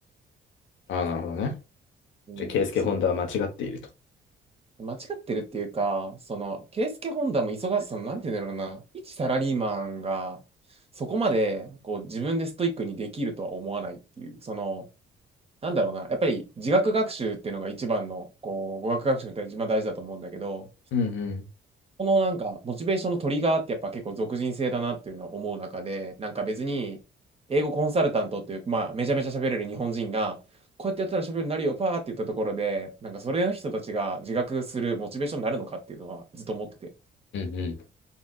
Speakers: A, on the left; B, on the right.
A: ああ、なるほどね。
B: うん、
A: じゃあ、ケイスケ・
B: そ、
A: ホンダは間違っていると。
B: 間違ってるっていうか、その、ケイスケ・ホンダも忙しさの、なんて言うんだろうな、一サラリーマンが、そこまで、こう、自分でストイックにできるとは思わないっていう、その、なんだろうな、やっぱり自学学習っていうのが一番の、こう、語学学習に対して一番大事だと思うんだけど、
A: うんうん。
B: このなんか、モチベーションのトリガーってやっぱ結構俗人性だなっていうのは思う中で、なんか別に、英語コンサルタントっていう、まあ、めちゃめちゃ喋れる日本人が、こうやってやったら喋れるようになるよ、パーって言ったところで、なんかそれの人たちが自覚するモチベーションになるのかっていうのはずっと思ってて。
A: うんうん。